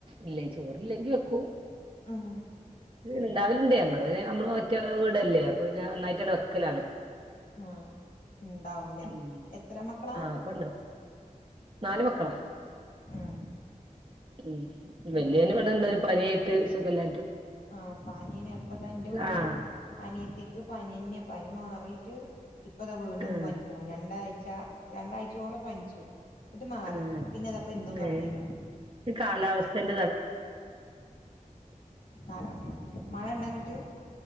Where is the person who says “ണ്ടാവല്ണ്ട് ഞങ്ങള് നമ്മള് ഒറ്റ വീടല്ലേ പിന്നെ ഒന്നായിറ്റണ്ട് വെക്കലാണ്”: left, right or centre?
Right